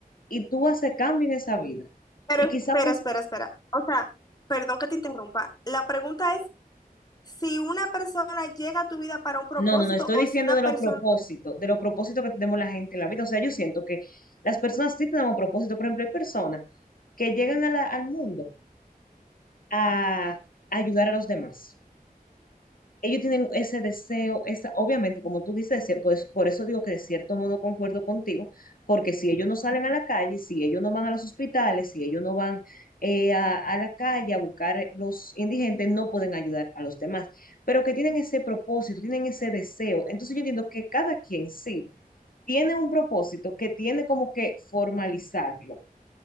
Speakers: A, on the left; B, on the left.
A: y tú haces cambio en esa vida,
B: Pero
A: y quizá
B: espera,
A: pues...
B: espera, espera. O sea, perdón que te interrumpa. La pregunta es si una persona llega a tu vida para un propósito
A: No, no, no, estoy
B: o
A: diciendo
B: si una
A: de
B: persona...
A: los propósitos, de los propósitos que tenemos la gente en la vida. O sea, yo siento que las personas sí tenemos propósito. Por ejemplo, hay personas que llegan a la- al mundo a ayudar a los demás ellos tienen ese deseo, esa, obviamente, como tú dices, pues por eso digo que de cierto modo concuerdo contigo, porque si ellos no salen a la calle, si ellos no van a los hospitales, si ellos no van eh, a, a, la calle a buscar los indigentes, no pueden ayudar a los demás, pero que tienen ese propósito, tienen ese deseo. Entonces yo entiendo que cada quien sí tiene un propósito que tiene como que formalizarlo